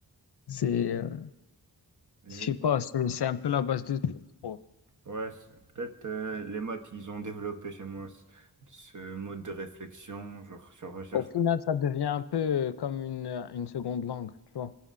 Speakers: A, on the left; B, on the right.
A: C'est, euh,
B: j'ai
A: je sais
B: pas.
A: pas, c'est c'est un peu la base de tout. je trouve.
B: Ouais, c'est- peut-être euh, les maths, ils ont développé chez moi ce, ce mode de réflexion, genre sur recherche.
A: Au final, ça devient un peu euh, comme une, une seconde langue, tu vois.